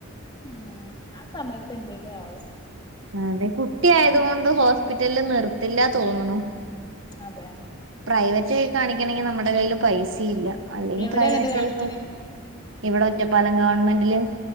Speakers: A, on the left; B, on the right.
A: ഉം ആ സമയത്ത് എന്തേലും ആവും.
B: ആ അതെ കുട്ടി
A: ദൈവം
B: ആയത്കൊണ്ട്
A: തരും
B: ഹോസ്പിറ്റലിൽ നിർ ത്തില്ല തോന്നണു.
A: അതെ
B: പ്രൈവ റ്റിൽ കാണിക്കണമെങ്കിൽ നമ്മുടെ കയ്യിൽ പൈസ ഇല്ല അല്ലെങ്കിൽ
A: എവിടെ
B: പ്രൈവറ്റ്
A: എന്നിട്ട് കാണിക്കണ്
B: ആയി ഇവിടെ ഒറ്റപ്പാലം ഗവൺമെന്റില്.